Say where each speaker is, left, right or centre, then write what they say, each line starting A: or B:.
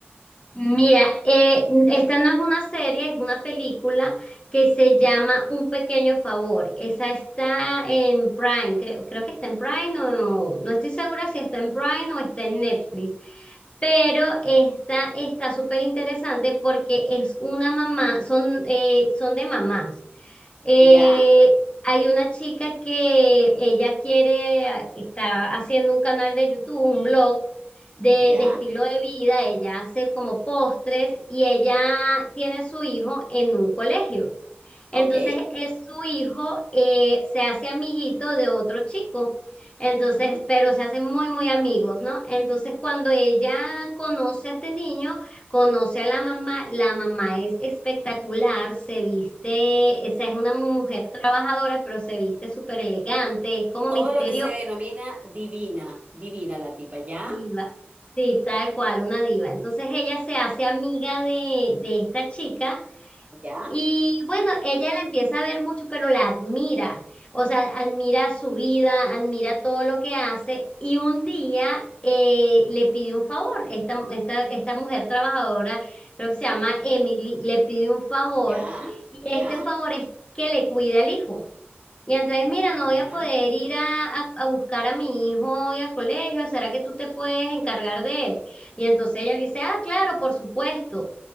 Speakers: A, on the left; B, on the right.
A: Mira, eh, esta no es una serie, es una película que se llama
B: ¿Mm?
A: Un Pequeño Favor. Esa está en Prime, creo, creo que está en Prime o no, no estoy segura si está en Prime o está en Netflix. Pero esta está súper interesante porque es una mamá, son, eh, son de mamás. Eh,
B: ¿Ya?
A: hay una chica que ella quiere, está haciendo un canal de YouTube, un blog de,
B: ¿Ya?
A: de estilo de vida, ella hace como postres y ella tiene a su hijo en un colegio. Entonces,
B: Ok.
A: eh, su hijo eh, se hace amiguito de otro chico. Entonces,
B: Ujú.
A: pero se hacen muy, muy amigos, ¿no? Entonces, cuando ella conoce a este niño, conoce a la mamá, la mamá es espectacular, se viste, esa es una mujer trabajadora, pero se viste súper elegante, es como
B: Todo
A: misteriosa,
B: lo que se denomina divina, divina la tipa, ¿ya?
A: diva. Sí, tal cual, una diva. Entonces, ella se hace amiga de, de esta chica
B: ¿Ya?
A: Y bueno, ella la empieza a ver mucho, pero la admira. O sea, admira su vida, admira todo lo que hace. Y un día eh, le pide un favor. Esta, esta, esta mujer trabajadora, creo que se llama Emily, le pide un favor.
B: ¿Ya?
A: Y este
B: ¿Ya?
A: favor es que le cuide al hijo. Y entonces, mira,
B: ¿Ya?
A: no voy a poder ir a, a, a buscar a mi hijo hoy al colegio. ¿Será que tú te puedes encargar de él? Y entonces ella le dice, ah, claro, por supuesto.